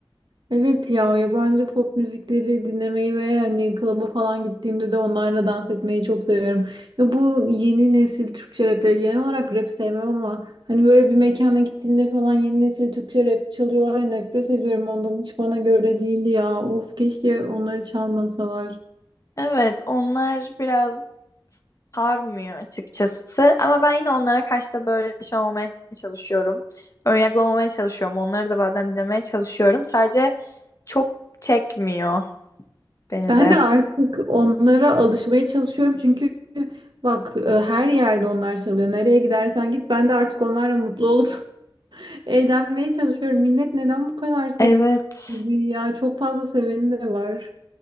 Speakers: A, on the right; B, on the left.
A: Evet ya yabancı pop müzikleri dinlemeyi ve hani klaba falan gittiğimde de onlarla dans etmeyi çok seviyorum. Ya bu yeni nesil Türkçe rapleri genel olarak rap sevmem ama hani böyle bir mekana gittiğinde falan yeni nesil Türkçe rap çalıyorlar ya nefret ediyorum ondan hiç bana göre değildi ya. Of keşke onları çalmasalar.
B: Evet, onlar biraz sarmıyor açıkçası. Ama ben yine onlara karşı da böyle şey olmamaya çalışıyorum. Önyargılı olmamaya çalışıyorum. Onları da bazen dinlemeye çalışıyorum. Sadece çok çekmiyor beni
A: Ben
B: de.
A: de artık onlara alışmaya çalışıyorum çünkü bak e, her yerde onlar çalıyor. Nereye gidersen git ben de artık onlarla mutlu olup <laughs> Eğlenmeye çalışıyorum. Millet neden bu kadar seviyor
B: Evet.
A: müziği ya? Çok fazla seveni de var.